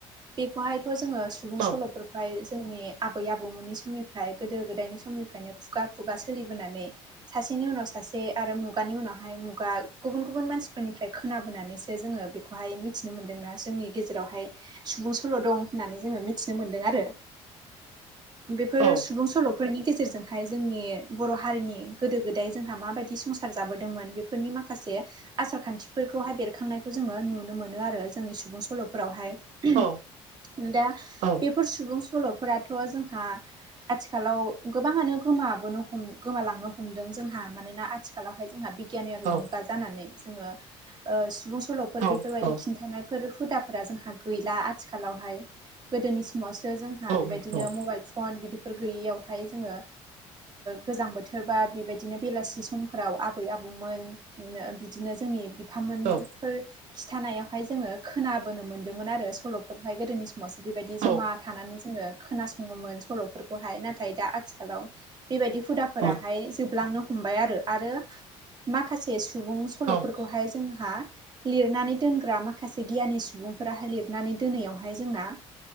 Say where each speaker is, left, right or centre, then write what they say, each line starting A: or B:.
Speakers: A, on the right; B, on the right.
A: बेखौहायथ' जोङो सुबुं
B: औ
A: सल'फोरखौहाय जोंनि आबै आबौमोननि समनि ओमफ्राय गोदो गोदायनि समनिफ्रायनो खुगा खुगा सोलिबोनानै सासेनि उनाव सासे आरो मुगानि उनावहाय मुगा गुबुन गुबुन मानसिफोरनिफ्राय खोनाबोनानैसो जोङो बे खौहाय मिथिनो मोन्दोंना जोंनि गेजेरावहाय सुबुं सल' दं होननानै जोङो मिथिनो मोन्दों आरो बेफोर
B: औ
A: सुबुं सल'फोर फोरनि गेजेरजोंहाय जोंनि बर' हारिनि गोदो गोदाय जोंहा माबायदि संसार जाबोदोंमोन बे फोरनि माखासे आसार खान्थिफोरखौहाय बेरखांनायखौ जोङो नुनो मोनो आरो जोंनि सुबुं सल'फोरावहाय
B: औ
A: दा
B: औ
A: बेफोर सुबुं सल'फोराथ' जोंहा आथिखालाव गोबाङानो गोमाबोनो हम गोमालांनो हमदों जोंहा मानोना आथिखालावहाय जोंहा गियानारि
B: औ
A: मुगा जानानै जोङो सुबुं सल'फोर
B: औ
A: बेफोरबायदि
B: औ
A: खिन्थानाय बेफोर हुदाफोरा जोंहा गैला आथिखालावहाय गोदोनि समावसो जोंहा
B: औ
A: बेबायदिनो
B: नोंथां
A: मबाइल फन बिदिफोर गैयैयावहाय जोङो गोजां बोथोर बा बेबायदिनो बेलासि समफोराव आबै आबौमोन बिदिनो जोंनि बिफामोनफोर
B: औ
A: खिन्थानायावहाय जोङो खोनाबोनो मोन्दोंमोन आरो सल'फोरखौहाय गोदोनि समावसो बेबायदि जमा
B: औ
A: थानानै जोङो खोनासङोमोन। सल'फोरखौहाय नाथाय दा आथिखालाव बेबायदि हुदाफोराहाय
B: औ
A: जोबलांनो हमबाय आरो आरो माखासे सुबुं सल'फोरखौहाय
B: औ
A: जोंहा लिरनानै दोनग्रा माखासे गियानि सुबुंफोराहाय लिरनानै दोनैयावहाय जोंना